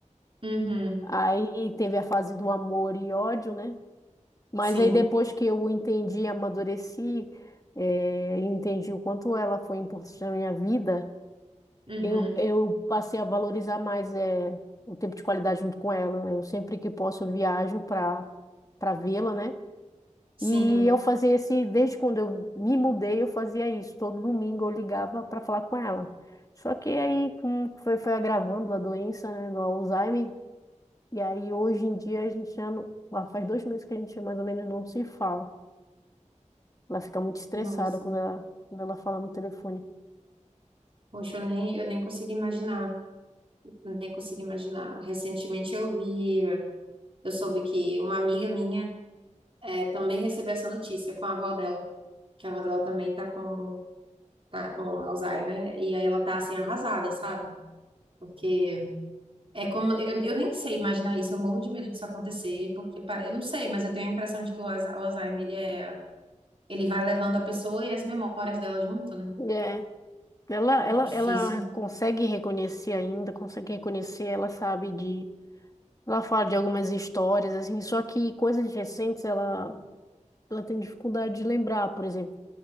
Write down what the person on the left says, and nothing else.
Aí teve a fase do amor e ódio, né? Mas
aí depois que eu entendi, amadureci, eh, e entendi o quanto ela foi importante na minha vida.
Eu, eu passei a valorizar mais é, o tempo de qualidade junto com ela. Eu sempre que posso eu viajo para para vê-la, né?
E eu fazia esse, desde quando eu me mudei, eu fazia isso. Todo domingo eu ligava para falar com ela. Só que aí com- foi, foi agravando a doença, né, do Alzheimer. E aí hoje em dia a gente já não, lá faz dois meses que a gente mais ou menos não se fala. Ela fica muito estressada
quando ela, quando ela fala no telefone.
é Ela,
ela,
ela consegue reconhecer ainda, consegue reconhecer, ela sabe de. Ela fala de algumas histórias, assim, só que coisas recentes ela, ela tem dificuldade de lembrar, por exemplo.